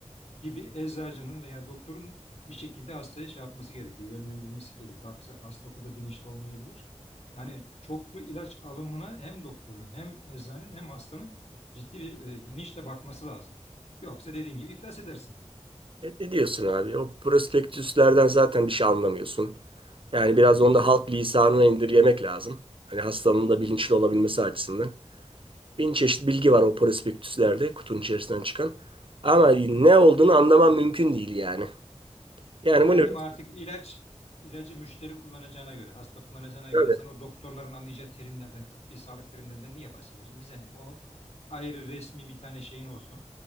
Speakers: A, on the left (about 60°); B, on the right (about 45°).
A: gibi eczacının veya doktorun bir şekilde hastaya şey yapması gerekiyor. Yönlendirmesi gerekiyor. Hasta, hasta o kadar bilinçli olmayabilir. Yani çoklu ilaç alımına hem doktorun hem eczanenin hem hastanın ciddi bir e, bilinçle bakması lazım. Yoksa dediğin gibi iflas edersin.
B: E, ne diyorsun abi? O prospektüslerden zaten bir şey anlamıyorsun. Yani biraz onu da halk lisanına indirgemek lazım. Hani hastanın da bilinçli olabilmesi açısından. Bin çeşit bilgi var o prospektüslerde kutunun içerisinden çıkan. Ama ne olduğunu anlamam mümkün değil yani. Yani
A: Yani
B: bunu biraz
A: değil mi artık ilaç ilacı müşteri kullanacağına göre, hasta kullanacağına
B: tabii,
A: göre sen o doktorların anlayacağı terimlerden, tıbbi sağlık terimlerinden niye bahsediyorsun? Bize ne? O ayrı resmi bir tane şeyin olsun.